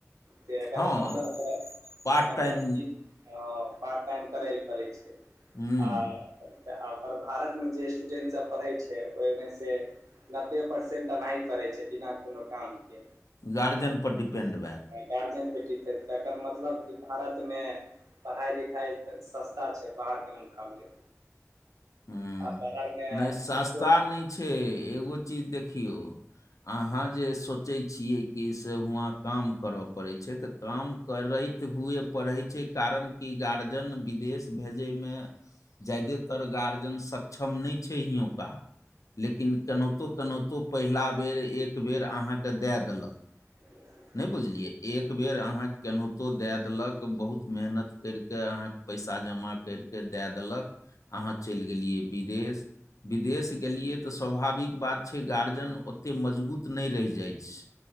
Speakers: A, on the right; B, on the left.
A: से अकर
B: हँ
A: मतलब तऽ
B: पार्ट
A: मतलब
B: टाइम
A: की हँ पार्ट टाइम करैयल पड़ै छै
B: हूँ
A: आ आर भारत मे जे स्टूडेंट सब पढ़ै छै ओहिमे से नब्बे परसेंट एनाहि पढ़ै छै बिना कोनो कामके।
B: गार्जियन पर डिपेंड भए कऽ
A: गार्जियन पर जीतै तकर मतलब कि भारत मे पढ़ाइ-लिखाइ तऽ सस्ता छै बाहरके मुकाबले।
B: हूँ
A: आ बाहरमे
B: नहि सस्ता
A: किछो
B: नै छै एगो चीज देखियौ अहाँ जे सोचै छियै कि से उहां काम करऽ पड़ै छै तऽ काम करैत हुए पढ़ै छै कारण कि गार्जियन विदेश भेजैमे ज्यादेतर गार्जियन सक्षम नै छै इहोंका लेकिन केनाहितो -केनाहितो पहिला बेर एक बेर अहाँके दए देलक।
A: <inaudible>
B: नै बुझलियै एक बेर अहाँ के केनहितो दए देलक बहुत मेहनत करि कऽ अहाँ पैसा जमा करिके दए देलक अहाँ चलि गेलियै विदेश विदेश गेलियै तऽ स्वाभाविक बात छै गार्जियन ओते मजबूत नै रहि जाइ छै।